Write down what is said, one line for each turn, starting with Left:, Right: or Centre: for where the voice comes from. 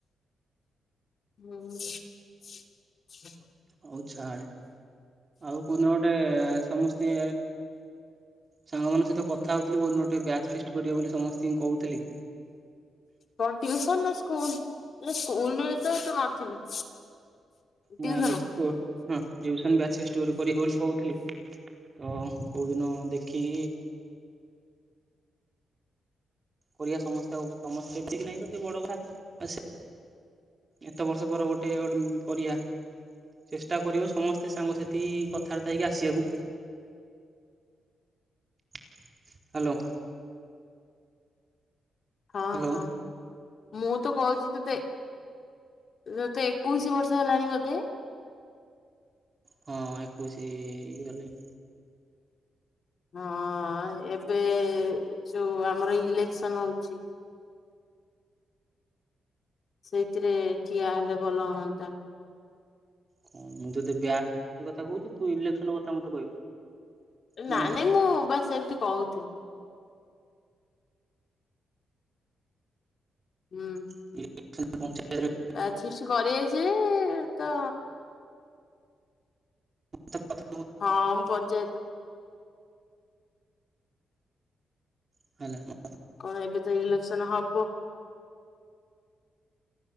Left: ହୁଁ <unintelligible>
Right: ହଉ ଛାଡ ଆଉ କୋଉଦିନ ଗୋଟେ ସମସ୍ତି ସାଙ୍ଗମାନଙ୍କ ସହିତ କଥା ହଉଥିଲି କୋଉ ଦିନ ଗୋଟେ ବ୍ୟାଚ୍ ଫିଷ୍ଟ କରିବେ ବୋଲି ସମସ୍ତଙ୍କୁ କହୁଥିଲି।
Left: କଣ ଟିୟୁସନ ନା ସ୍କୁଲ ହେଲେ ସ୍କୁଲ ରେ ତ ତୁ ନଥିଲୁ।
Right: ନାଇଁ
Left: ଟିଉସନ
Right: ନାଇଁ କୁହ ହଁ ଟିୟୁସନ୍ ବ୍ୟାଚ ଫିଷ୍ଟ୍ ଗୋଟେ କରିବି ବୋଲି କହୁଥିଲି। ତ କେଉଁଦିନ ଦେଖିକି କରିବା ସମସ୍ତେ ଆଉ ସମସ୍ତେ ଏତିକି ନାହିଁ ତ ସେ ବଡ ଗୁରା ଆଉ ଏତେ ବର୍ଷ ପରେ ଗୋଟେ ଅଡ କରିବା ଚେଷ୍ଟା କରିବ ସମସ୍ତେ ସାଙ୍ଗସାଥି କଥାବାର୍ତ୍ତା ହେଇକି ଆସିବାକୁ। ହ୍ୟାଲୋ
Left: ହଁ
Right: ହ୍ୟାଲୋ
Left: ହଁ ମୁଁ ତ କହୁଛି ତୋତେ ତତେ ଏକୋଇଶି ବର୍ଷ ହେଲାଣି ବୋଧେ?
Right: ହଁ ଏକୋଇଶି ହେଇଗଲେଇ।
Left: ହଁ ଏବେ ଯୋଉ ଆମର ଇଲେକ୍ସନ ହଉଛି ସେଇଥିରେ ଠିଆ ହେଲେ ଭଲ ହୁଅନ୍ତା।
Right: କଣ ମୁଁ ତୋତେ ବ୍ୟାଚ କଥା କହୁଛି ତୁ ଇଲେକ୍ସନ କଥା ମତେ କହିବୁ। ମାନେ
Left: ନାଇ
Right: କଣ
Left: ନାଇଁ ମୁଁ ବାସ ସେମିତି କହୁଥିଲି। ହୁଁ।
Right: <unintelligible>
Left: ବ୍ୟାଚ ଫିଷ୍ଟ କରିବା ଯେ ତ
Right: <unintelligible>
Left: ହଁ ମୁଁ ପଞ୍ଚାୟତ
Right: <unintelligible>
Left: କଣ ଏବେ ତ ଇଲେକ୍ସନ ହବ